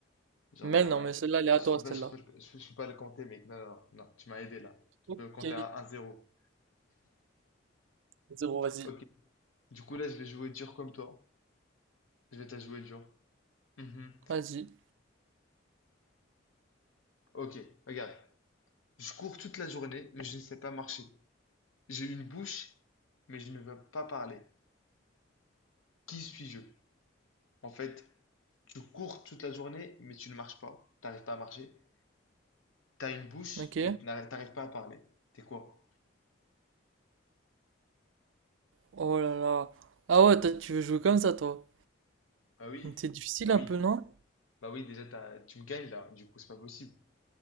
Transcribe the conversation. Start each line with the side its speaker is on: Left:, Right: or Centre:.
Left: Genre,
Right: Mais
Left: euh,
Right: non, mais celle-là, elle est
Left: je
Right: à toi,
Left: peux pas,
Right: celle-là.
Left: je peux, je peux pas le compter, mec. Non, non, non, tu m'as aidé là. Je
Right: Ok.
Left: peux compter à 1-0.
Right: Zéro, vas-y.
Left: Ok. Du coup, là, je vais jouer dur comme toi. Je vais te la jouer dur. Mhm.
Right: Vas-y.
Left: Ok, regarde. Je cours toute la journée, mais je ne sais pas marcher. J'ai une bouche, mais je ne veux pas parler. Qui suis-je? En fait, tu cours toute la journée, mais tu ne marches pas. T'arrives pas à marcher. T'as une bouche,
Right: Ok.
Left: mais tu n'arri- t'arrives pas à parler. T'es quoi?
Right: Oh là là. Ah ouais, toi, tu veux jouer comme ça, toi.
Left: Ah oui,
Right: C'est difficile
Left: ah oui.
Right: un peu, non?
Left: Bah oui, déjà, t'as- tu me gagnes là. Du coup, c'est pas possible.